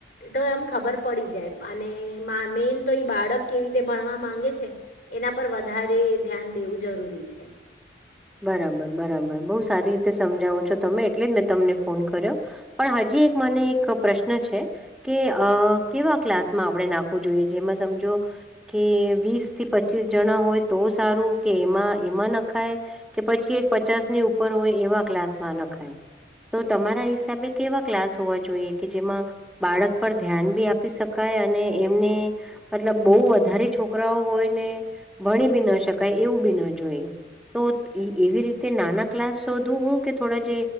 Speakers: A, on the left (about 55°); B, in the centre.
A: તો એમ ખબર પડી જાય અને મા મેન તો એ બાળક ના. કેવી રીતે ભણવા માંગે છે એના પર વધારે ધ્યાન દેવું જરૂરી છે.
B: બરાબર બરાબર બહુ સારી રીતે સમજાવો છો તમે એટલે જ મેં તમને ફોન કર્યો પણ હજી એક. મને એક પ્રશ્ન છે કે કેવા ક્લાસમાં આપણે નાખવું જોઈએ જેમાં સમજો. કે વીસ થી પચીસ જણા હોય તો સારું કે એમાં એમાં નખાય. કે પછી એક પચાસ ની ઉપર હોય એવા ક્લાસમાં નખાય. તો તમારા હિસાબે કેવા ક્લાસ હોવા જોઈએ કે જેમાં બાળક પર ધ્યાન બી આપી શકાય. અને એમને મતલબ બહુ વધારે છોકરાઓ હોયને ભણી બી ન શકાય એવું. બી ન જોઈ તો. એવી રીતે નાના ક્લાસ શોધું હું કે થોડા જે